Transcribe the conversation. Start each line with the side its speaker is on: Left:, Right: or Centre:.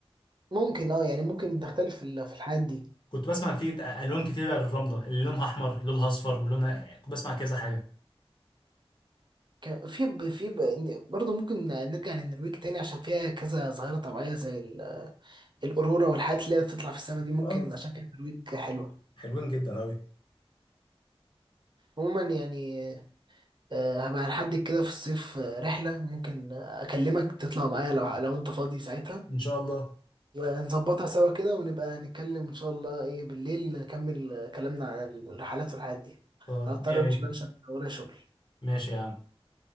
Right: ممكن اه يعني ممكن نختلف في ال- في الحاجات دي
Left: كنت بسمع في د- الوان كتيره للرمله اللي لونها احمر اللي لونها اصفر ولونها يعني كنت بسمع كذا حاجه
Right: ك- في ب- في ب- برضه ممكن نرجع للنرويج تاني عشان فيها كذا ظاهرة طبيعية زي ال- الأورورا والحاجات اللي هي بتطلع في السماء دي ممكن
Left: اه
Right: عشان كده النرويج حلوة
Left: حلوين جدا أوي
Right: عموما يعني آه، هبقى هنحدد كده في الصيف آه، رحلة ممكن آه، أكلمك تطلع معايا لو لو أنت فاضي ساعتها
Left: إن شاء الله
Right: ونظبطها سوا كده ونبقى نتكلم إن شاء الله إيه بالليل نكمل آه، كلامنا عن الرحلات والحاجات دي
Left: أه
Right: أنا هضطر
Left: مية مية
Right: أمشي بقى عشان ورايا شغل
Left: ماشي يا عم